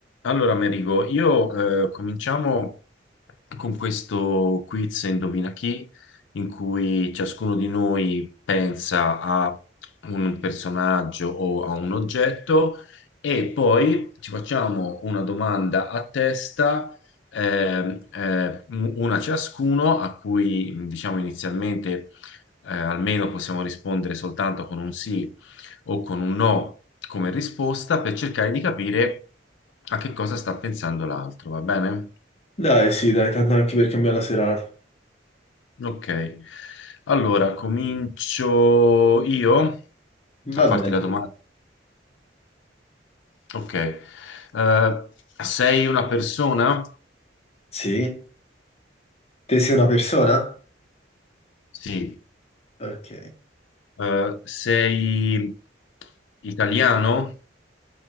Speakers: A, on the left (about 80°); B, on the left (about 35°).
A: Allora, Merigo, io eh, cominciamo con questo quiz Indovina chi, in cui ciascuno di noi pensa a un personaggio o a un oggetto e poi ci facciamo una domanda a testa, ehm, eh, m- una ciascuno, a cui diciamo inizialmente eh, almeno possiamo rispondere soltanto con un sì o con un no come risposta per cercare di capire a che cosa sta pensando l'altro, va bene?
B: Dai, sì, dai, tanto anche per cambiare la serata.
A: Ok. Allora, comincio io
B: Va
A: a farti
B: bene.
A: la domanda. Ok. Eh, sei una persona?
B: Sì, te sei una persona?
A: Sì.
B: Ok.
A: Eh, sei italiano?